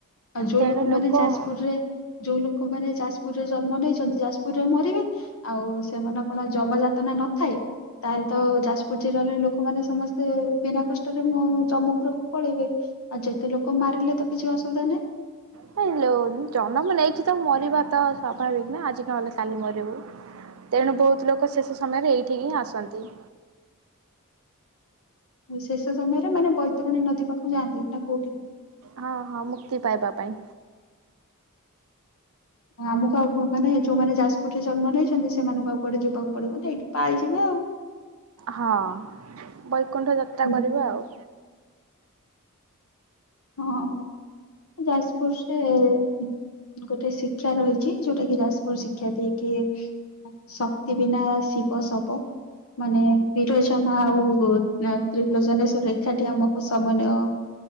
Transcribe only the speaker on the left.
ଆଉ ଯୋଉ
ଲୋକମାନେ
ଯାଜପୁରରେ ଯୋଉ ଲୋକମାନେ ଯାଜପୁରରେ ଜନ୍ମ ନେଇଛନ୍ତି ଯାଜପୁରରେ ମରିବେ। ଆଉ ସେମାନେ କଣ ଯମ ଯାତନା ନଥାଏ? ତାହେଲେ ତ ଯାଜପୁର ଜିଲ୍ଲାରେ ଲୋକମାନେ ସମସ୍ତେ ବିନା କଷ୍ଟରେ ମୁ ଯମୁ? ଉପରକୁ ପଳେଇବେ ଆଉ ଯେତେ ଲୋକ ମାରିଲେ ତ କିଛି ଅସୁବିଧା ନାହିଁ।
ଶେଷ ସମୟରେ ମାନେ ବୈତରଣୀ ନଦୀ ପାଖକୁ ଯାଆନ୍ତି ନା କୋଉଠି?
ଆମକୁ ଆଉ କୋଉମାନେ ଯୋଉମାନେ ଯାଜ ଗୋଠେ ଜନ୍ମ ନେଇଛନ୍ତି ସେମାନଙ୍କୁ ଆଉ କୁଆଡେ ଯିବାକୁ ପଡିବ ନା ଏଇଠି ପାଇଯିବେ ଆଉ।
ହୁଁ।
ହଁ ଯାଜପୁର ରେ ଗୋଟେ ଶିକ୍ଷା ରହିଛି ଯୋଉ ଜଉଟାକି ଯାଜପୁର ଶିକ୍ଷା ଦିଏକି ଶକ୍ତି ବିନା ଶିବ ଶବ? ମାନେ ବିରଜା ଆଉ ତ୍ରିଲଚନେଶ୍ଵର ଏକା ଠି ଆମକୁ ସମନ ୟ।